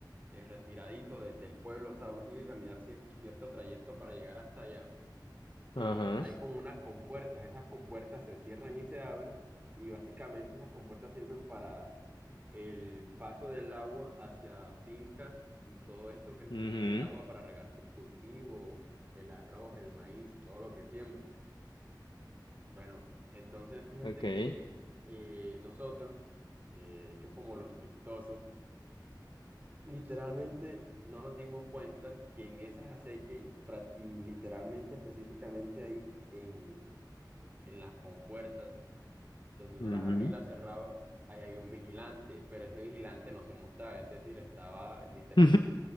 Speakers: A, on the right; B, on the left.
A: eh, retiradito de- del pueblo, o sea, uno tiene que caminar cier- cierto trayecto para llegar hasta allá. eh,
B: Ajá.
A: hay como unas compuertas, esas compuertas se cierran y se abren y básicamente esas compuertas sirven para el paso del agua hacia fincas y todo esto que necesitan
B: mhm,
A: el agua para regar sus cultivos, el arroz, el maíz y todo lo que siembran. Bueno, entonces fíjate
B: okay,
A: que eh, nosotros, eh, hecho como los chistosos, Literalmente no nos dimos cuenta que en esas acequias y, pra- y literalmente específicamente ahí en, en las compuertas, donde uno
B: Ujú.
A: las abría y las cerraba, ahí hay un vigilante, pero ese vigilante no se mostraba, es decir, estaba literalmente
B: <laughs>